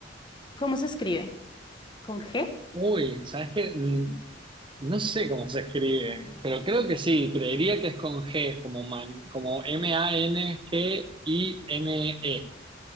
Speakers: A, on the left (about 25°); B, on the right (about 25°).
A: ¿Cómo se escribe? ¿Con G?
B: Uy, ¿sabes qué? Mm, No sé cómo se escribe, pero creo que sí, creería que es con G, como man, como M-A-N-G-I-N-E.